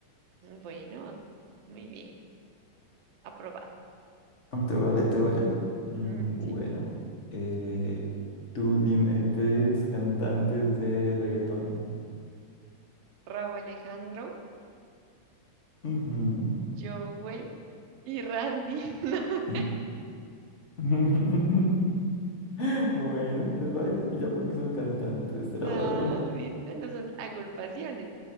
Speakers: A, on the right; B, on the left.
A: Bueno, muy bien, aprobado.
B: ¿Te vale? ¿Te vale? Mm,
A: Mm,
B: bueno,
A: Sí,
B: eh, tú dime tres cantantes de reggaetón.
A: Raúl Alejandro,
B: Ujú,
A: Jowell y Randy. <laughs>
B: mm. <laughs> Bueno, es válido, ya porque son cantantes, será
A: No,
B: algo.
A: no, ¿viste? No son agrupaciones.